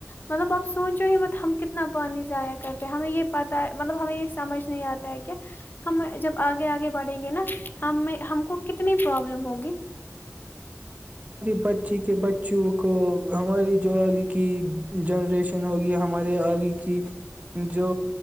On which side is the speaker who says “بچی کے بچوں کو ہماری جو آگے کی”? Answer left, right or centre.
Right